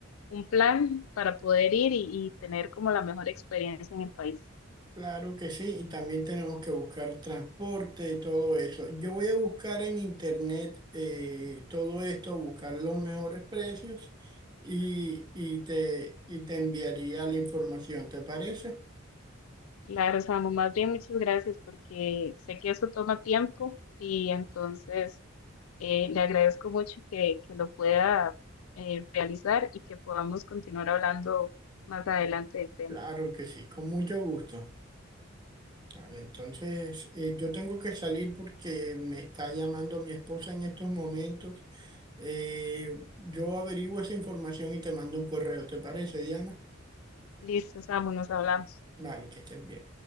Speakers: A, on the left (about 80°); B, on the right (about 20°).
A: un plan para poder ir y y tener como la mejor experiencia en el país.
B: Claro que sí, y también tenemos que buscar transporte todo eso. Yo voy a buscar en internet eh, todo esto, buscar los mejores precios y, y te, y te enviaría la información, ¿te parece?
A: Claro, Samu, más bien muchas gracias porque sé que eso toma tiempo y entonces eh, le agradezco mucho que, que lo pueda eh, realizar y que podamos continuar hablando más adelante del tema.
B: Claro que sí, con mucho gusto. Vale, entonces, eh, yo tengo que salir porque me está llamando mi esposa en estos momentos. Eh, yo averiguo esa información y te mando un correo, ¿te parece, Diana?
A: Listo, Samu, nos hablamos.
B: Vale, que estés bien.